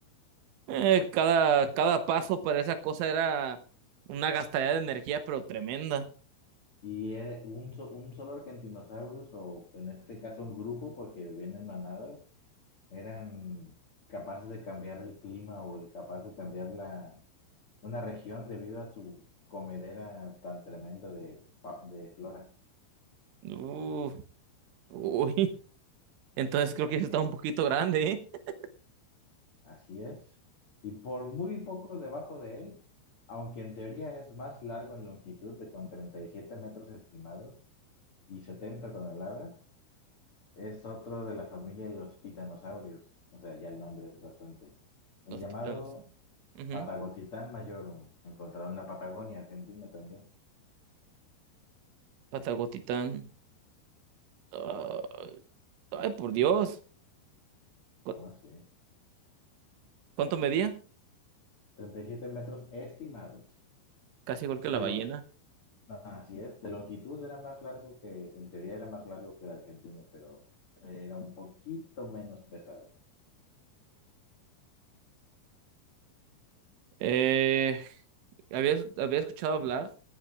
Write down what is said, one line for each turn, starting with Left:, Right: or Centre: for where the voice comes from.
Right: Eh, cada, cada paso para esa cosa era una gastadera de energía, pero tremenda.
Left: Y era un, so- un solo argentinosaurus, o en este caso un grupo, porque vienen manadas, eran capaces de cambiar el clima o capaces de cambiar la, una región debido a su comedera tan tremenda de, fa- de flora.
Right: Uh, uy. Entonces creo que está un poquito grande, ¿eh?
Left: Así es. Y por muy poco debajo de él, aunque en teoría es más largo en longitud de con 37 metros estimados y 70 toneladas, es otro de la familia de los titanosaurios. O sea, ya el nombre es bastante. El
Right: Los
Left: llamado
Right: titanes. Ujú.
Left: Patagotitan majorum, encontrado en la Patagonia, Argentina también.
Right: Patagotitán. Ah. Ay, por Dios. ¿Cu-
Left: Oh, sí.
Right: ¿Cuánto medía?
Left: treinta y siete metros estimados.
Right: Casi igual que
Left: De
Right: la ballena.
Left: lo, Así es, de longitud era más largo que, en teoría era más largo que el argentino, pero era un poquito menos pesado.
Right: Eh, había, había escuchado hablar